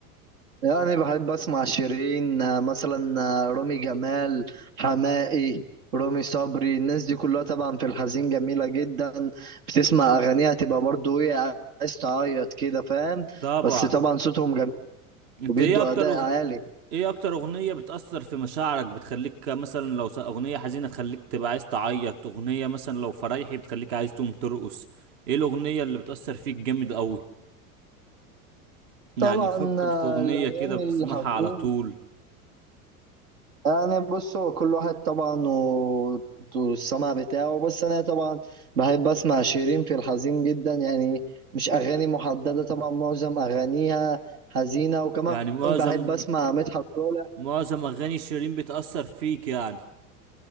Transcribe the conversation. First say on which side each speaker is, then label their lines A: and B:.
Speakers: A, on the right; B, on the right.
A: يعني بحب اسمع شيرين آه، مثلا آه، رامي جمال حماقي رامي صبري الناس دي كلها طبعا في الحزين جميلة جدا بتسمع اغانيها تبقى برضو ايه عايز تعيط كده فاهم
B: طبعا
A: بس طبعا صوتهم جميل
B: انت
A: وبيدوا
B: ايه اكتر
A: اداء
B: أغن...
A: عالي
B: ايه اكتر اغنية بتأثر في مشاعرك بتخليك مثلا لو س- اغنية حزينة تخليك تبقى عايز تعيط اغنية مثلا لو فرايحي بتخليك عايز تقوم ترقص ايه الاغنية اللي بتأثر فيك جامد قوي يعني
A: طبعا
B: فكر
A: آه،
B: في اغنية
A: الاغاني
B: كده بتسمعها
A: الحزين
B: على طول
A: يعني بص هو كل واحد طبعا و- والسمع بتاعه بس انا طبعا بحب اسمع شيرين في الحزين جدا يعني مش اغاني محدده طبعا معظم اغانيها حزينه وكمان
B: يعني معظم
A: بحب اسمع مدحت صالح
B: معظم اغاني شيرين بتأثر فيك يعني